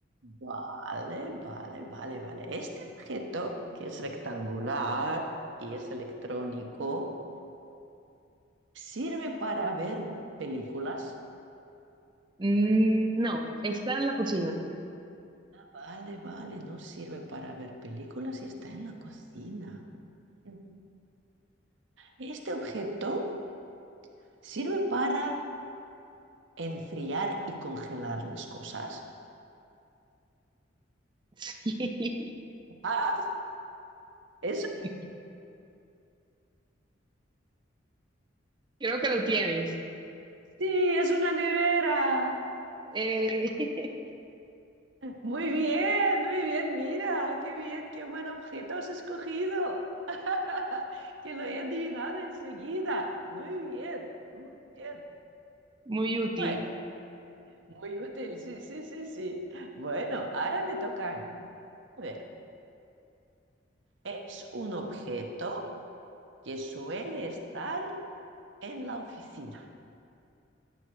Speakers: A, on the right; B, on the right.
A: Vale, vale, vale, vale. Este objeto, que es rectangular y es electrónico, ¿sirve para ver películas?
B: Mm, no, está en la cocina.
A: Vale, vale, no sirve para ver películas y está en la cocina. Mm. Este objeto sirve para enfriar y congelar las cosas.
B: <laughs>
A: Ah, eso
B: Sí, creo que lo tienes.
A: sí, es una nevera.
B: Eh, <laughs>
A: Muy bien, muy bien, mira, qué bien, qué buen objeto has escogido. <laughs> Que lo he adivinado enseguida. Muy bien, muy bien.
B: muy útil.
A: Bueno, muy útil, sí, sí, sí, sí. Bueno, ahora me toca a mí. A ver, es un objeto que suele estar en la oficina.